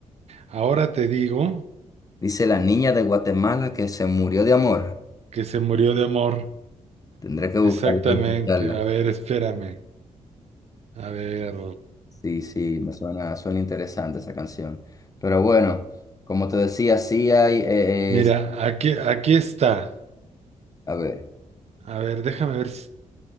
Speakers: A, on the right; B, on the left.
A: Ahora te digo
B: Dice la niña de Guatemala que se murió de amor.
A: que se murió de amor.
B: Tendré que buscarla
A: Exactamente.
B: y escucharla.
A: A ver, espérame. A ver.
B: Sí, sí, me suena, suena interesante esa canción. Pero bueno, como te decía, sí hay... eh,
A: Mira,
B: eh,
A: aquí, aquí está.
B: a ver,
A: A ver, déjame ver si,